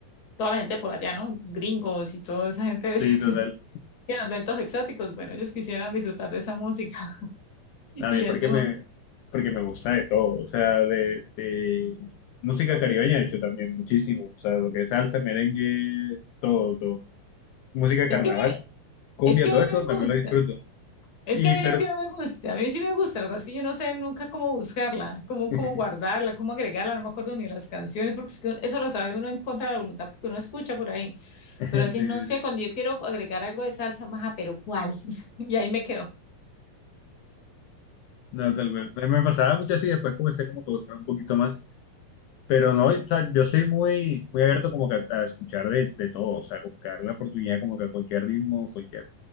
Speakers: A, on the left; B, on the left.
A: Toda la gente por allá, ¿no? Los gringos y toda esa gente <laughs>
B: Sí, total.
A: que nos ven todos exóticos, bueno, ellos quisieran disfrutar de esa música. <laughs> Y
B: A mí,
A: eso
B: porque
A: es
B: me,
A: un...
B: porque me gusta de todo, o sea, de, de música caribeña, de hecho, también muchísimo, o sea, lo que es salsa, merengue, todo, todo. Música de
A: Es
B: carnaval,
A: que a mí-
B: cumbia,
A: es que
B: todo
A: a mí
B: eso,
A: me gusta.
B: también lo disfruto.
A: Es
B: Y,
A: que a mí
B: pero,
A: no es que no me guste, a mí sí me gusta, lo que pasa es que yo no sé nunca cómo buscarla, cómo,
B: <laughs>
A: cómo guardarla, cómo agregarla, no me acuerdo ni las canciones, porque es que eso lo sabe uno en contra de la voluntad, porque uno escucha por ahí,
B: sí,
A: pero a veces
B: sí,
A: no sé,
B: sí.
A: cuando yo quiero agregar algo de salsa, maja, pero ¿cuál? <laughs> Y ahí me quedo.
B: No, es algo- Me pasaba mucho así, después comencé como que a buscar un poquito más, pero no, o sea, yo soy muy, muy abierto como que a, a escuchar de, de todo, o sea, como que darle la oportunidad como que a cualquier ritmo, cualquier